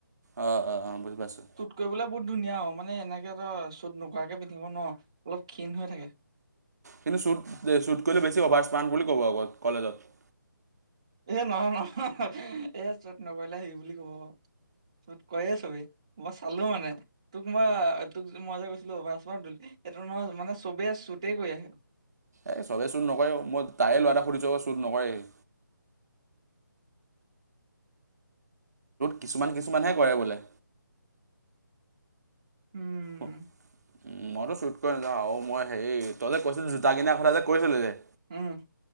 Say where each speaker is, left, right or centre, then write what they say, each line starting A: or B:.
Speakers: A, on the right (about 55°); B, on the right (about 15°).
A: অ'-অ'-অ' বুজি পাইছোঁ।
B: কৰিবলে বহুত ধুনীয়া অ' মানে এনেকে ধৰ চুট নকৰাকে পিন্ধিব নোৱাৰ অলপ ক্ষীণ হৈ থাকে।
A: কিন্তু শ্বুট শ্বুট কৰিলে বেছি অভাৰ ইছৰ্মাৰ্ট বুলি ক'ব আক কলেজত
B: এ নহয় নহয় এ শ্বুট নকৰিলে হেৰি বুলি কব শ্বুট কৰে চবিই মই চালোঁ মানে তোক মই তোক মই যে কৈছিলো অভাৰ স্মাৰ্ট সেইটো নহয় মানে চবে শ্বুটে কৰি আহে
A: এ চবেই শ্বুট নকৰে মই তাৰে ল'ৰা এটাক সুধিছোঁ শ্বুট নকৰে সি কিছুমান কিছুমানহে কৰে বোলে
B: উম
A: মইতো শ্বুট কৰি নাযাওঁ আৰু মই হেৰি তই যে কৈছিলি জোতা কিনাৰ কথা যে কৈছিলি যে
B: উম